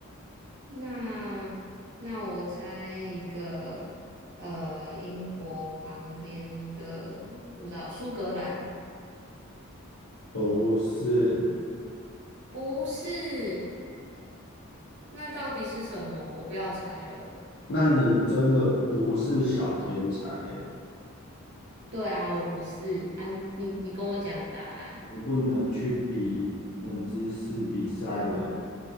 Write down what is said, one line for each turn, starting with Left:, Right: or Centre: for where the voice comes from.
Right: 那那我猜一个，呃，英国旁边的，不知道苏格兰
Left: 不是。
Right: 不是？那到底是什么？我不要猜了。
Left: 那你真的不是小天才耶，
Right: 对啊，我不是啊，你你跟我讲答案，
Left: 你不能去比冷知识比赛了。